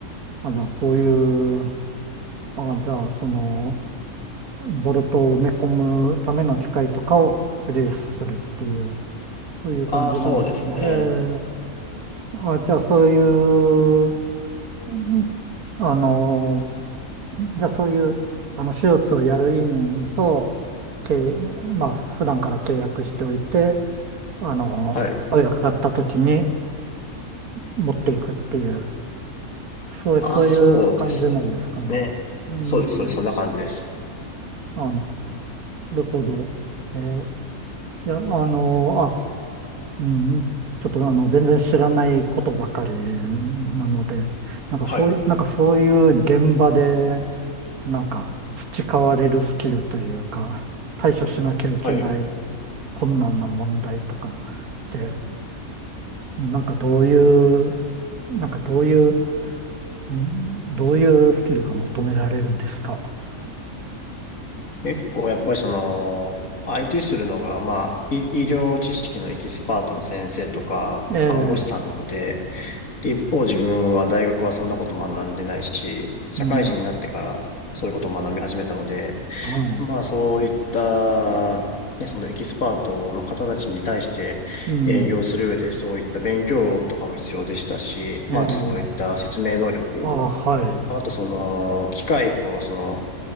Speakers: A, on the right; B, on the left.
A: あ、じゃあ、そういう、あ、じゃあ、その、ボルトを埋め込むための機械とかをリリースするっていう、そういう感じなんですね。
B: ああ、そうですね。
A: へえ。あ、じゃあ、そういう、うんあのじゃあそういう、あの、手術をやる医院と、け、まあ、普段から契約しておいて、あの、
B: はい。
A: 声がかかった時に持っていくっていう、そういう、
B: ああ、
A: そういう感じなんですかね。
B: そうですね。
A: うん。
B: そうです。そうです。そんな感じです。
A: あ、なるほど。えーいや、あの、あ、すうん、ちょっとあの、全然知らないことばかりなので、なんかそういう、
B: はい。
A: なんかそういう現場で、なんか培われるスキルというか、対処しなきゃいけない
B: はい。
A: 困難な問題とかって、なんかどういう、なんかどういう、んどういうスキルが求められるんですか
B: 結構やっぱりその、相手するのが、まあ、医医療知識のエキスパートの先生とか、
A: ええ、
B: 看護師さんなので、で、一方自分は大学はそんなこと学んでないし、社会人になってからそういうことを学び始めたので、
A: うん、はい、
B: まあそういった、ね、そのエキスパートの方たちに対して営業する上でそういった勉強とかも必要でしたし、
A: うん、
B: まああとそういった説明能力、
A: ええ、あ、はい、
B: まああとその機械をその